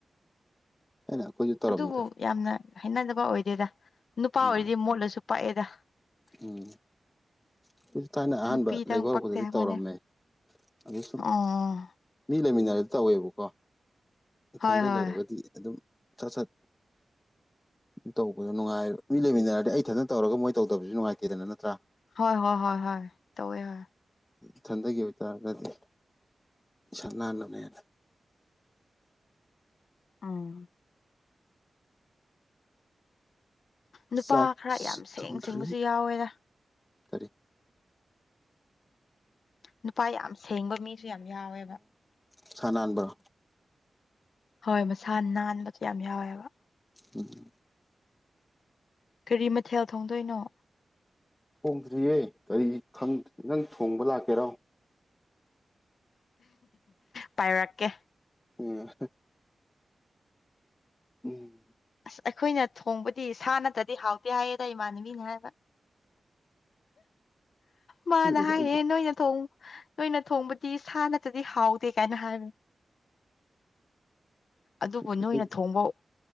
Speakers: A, on the left; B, on the left.
A: ꯊꯥꯏꯅ ꯑꯩꯈꯣꯏꯁꯨ ꯇꯧꯔꯝꯃꯤꯗ꯫
B: ꯑꯗꯨꯕꯨ ꯌꯥꯝꯅ ꯍꯥꯏꯩꯅꯗꯕ ꯑꯣꯏꯗꯦꯗ ꯅꯨꯄꯥ
A: ꯎꯝ
B: ꯑꯣꯏꯔꯗꯤ ꯃꯣꯠꯂꯁꯨ ꯄꯥꯛꯑꯦꯗ꯫
A: ꯎꯝ꯫ ꯑꯩꯈꯣꯏꯁꯨ ꯊꯥꯏꯅ ꯑꯍꯥꯟꯕ
B: ꯅꯨꯄꯤꯗꯪ
A: ꯂꯩꯕ ꯍꯧꯔꯛꯄꯗꯗꯤ
B: ꯄꯛꯇꯦ ꯍꯥꯏꯕꯅꯦ
A: ꯇꯧꯔꯝꯃꯦ ꯑꯗꯨ ꯁꯨꯝ
B: ꯑꯣ
A: ꯃꯤ ꯂꯩꯃꯤꯟꯅꯔꯗꯤ ꯇꯧꯋꯦꯕꯀꯣ ꯏꯊꯟꯗ
B: ꯍꯣꯏ ꯍꯣꯏ
A: ꯂꯩꯔꯒꯗꯤ ꯑꯗꯨꯝ꯫ ꯁꯠ ꯁꯠ꯫ ꯇꯧꯕꯗꯣ ꯅꯨꯡꯥꯏ ꯃꯤ ꯂꯩꯃꯤꯟꯅꯔꯗꯤ ꯑꯩ ꯏꯊꯟꯗꯅ ꯇꯧꯔꯒ ꯃꯣꯏ ꯇꯧꯗꯕꯁꯨ ꯅꯨꯡꯉꯥꯏꯇꯦꯗꯅ ꯅꯠꯇ꯭ꯔꯥ꯫
B: ꯍꯣꯏ ꯍꯣꯏ ꯍꯣꯏ ꯍꯣꯏ ꯇꯧꯋꯦ ꯍꯣꯏ꯫
A: ꯏꯊꯟꯒꯤ ꯑꯣꯏꯇꯥꯔꯒꯗꯤ ꯏꯁꯥ ꯅꯥꯟꯅꯕꯅꯦꯅ꯫
B: ꯎꯝ꯫ ꯅꯨꯄꯥ
A: ꯆꯥꯛ
B: ꯈꯔ ꯌꯥꯝ ꯁꯦꯡ
A: ꯊꯣꯡꯗ꯭ꯔꯤ
B: ꯁꯦꯡꯕꯁꯨ ꯌꯥꯎꯋꯦꯗ
A: ꯀꯔꯤ꯫
B: ꯅꯨꯄꯥ ꯌꯥꯝ ꯁꯦꯡꯕ ꯃꯤꯁꯨ ꯌꯥꯝ ꯌꯥꯎꯋꯦꯕ꯫
A: ꯃꯁꯥ ꯅꯥꯟꯕ꯭ꯔꯣ꯫
B: ꯍꯣꯏ ꯃꯁꯥ ꯅꯥꯟꯕꯗꯣ ꯌꯥꯝ ꯌꯥꯎꯋꯦꯕ꯫
A: ꯎꯝ꯫
B: ꯀꯔꯤ ꯃꯊꯦꯜ ꯊꯣꯡꯗꯣꯏꯅꯣ꯫
A: ꯊꯣꯡꯗ꯭ꯔꯤꯌꯦ ꯀꯔꯤ ꯈꯪ ꯅꯪ ꯊꯣꯡꯕ ꯂꯥꯛꯀꯦꯔꯣ꯫
B: ꯄꯥꯏꯔꯛꯀꯦ꯫
A: ꯑ꯫ ꯎꯝ꯫
B: ꯑꯁ ꯑꯩꯈꯣꯏꯅ ꯊꯣꯡꯕꯗꯤ ꯁꯥ ꯅꯠꯇ꯭ꯔꯗꯤ ꯍꯥꯎꯇꯦ ꯍꯥꯏꯌꯦꯗ ꯏꯃꯥꯟꯅꯕꯤꯅ ꯍꯥꯏꯕ꯫ ꯃꯥꯅ
A: ꯈꯪꯗꯦꯗ
B: ꯍꯥꯏꯅꯦ
A: ꯑꯩꯗꯤ
B: ꯅꯣꯏꯅ ꯊꯣꯡ ꯅꯣꯏꯅ ꯊꯣꯡꯕꯗꯤ ꯁꯥ ꯅꯠꯇ꯭ꯔꯗꯤ ꯍꯥꯎꯇꯦ ꯀꯥꯏꯅ ꯍꯥꯏꯕꯅꯦ꯫ ꯑꯗꯨꯕꯨ
A: ꯑꯩ
B: ꯅꯣꯏꯅ ꯊꯣꯡꯕ